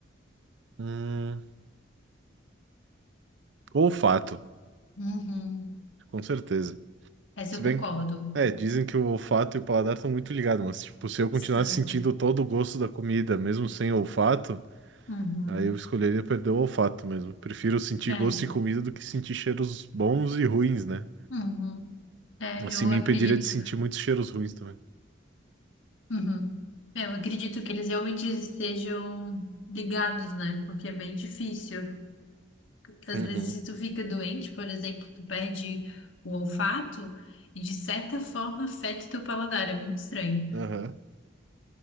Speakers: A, on the right; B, on the left.
A: Hum, olfato,
B: Uhum.
A: com certeza.
B: Essa
A: Se
B: eu
A: bem
B: concordo.
A: que, é, dizem que o olfato e o paladar estão muito ligados, mas, tipo, se eu continuasse
B: Estão.
A: sentindo todo o gosto da comida, mesmo sem olfato,
B: Uhum.
A: aí eu escolheria perder o olfato mesmo. Prefiro sentir
B: É.
A: gosto de comida do que sentir cheiros bons e ruins, né?
B: Uhum. É,
A: Assim
B: eu
A: me
B: acredito.
A: impediria de sentir muitos cheiros ruins também.
B: Uhum. É, eu acredito que eles realmente estejam ligados, né? Porque é bem difícil. Às
A: Uhum.
B: vezes, se tu fica doente, por exemplo, tu perde o olfato e, de certa forma, afeta o teu paladar. É muito estranho.
A: Aham.